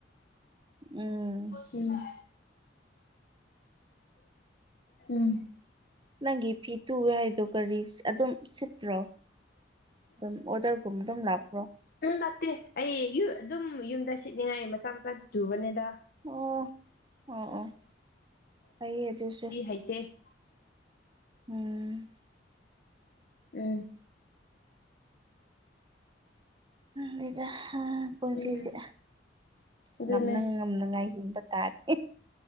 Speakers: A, on the right; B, on the left.
A: ꯎꯝ
B: ꯎꯝ ꯎꯝ
A: ꯅꯪꯒꯤ ꯐꯤ ꯇꯨꯑꯦ ꯍꯥꯏ ꯑꯗꯨ ꯀꯔꯤꯁ ꯑꯗꯨꯝ ꯁꯤꯠꯇ꯭ꯔꯣ ꯑꯗꯨꯝ ꯑꯣꯗꯔ ꯒꯨꯝꯕ ꯑꯗꯨꯝ ꯂꯥꯛꯄ꯭ꯔꯣ
B: ꯎꯝ ꯅꯠꯇꯦ ꯑꯩ ꯑꯗꯨꯝ ꯌꯨꯝꯗ ꯁꯤꯠꯅꯤꯡꯉꯥꯏ ꯃꯆꯥ ꯃꯆꯥ ꯇꯨꯕꯅꯤꯗ
A: ꯑꯣ ꯑꯣ ꯑꯣ ꯐꯩꯌꯦ ꯑꯗꯨꯁꯨ
B: ꯍꯥꯏꯦ
A: ꯎꯝ
B: ꯎꯝ
A: ꯑꯗꯨꯗ ꯄꯨꯟꯁꯤꯁꯦ
B: ꯎꯝ ꯑꯗꯨꯅꯦ
A: ꯉꯝꯅ ꯉꯝꯅꯉꯥꯏ ꯍꯤꯡꯕ ꯇꯔ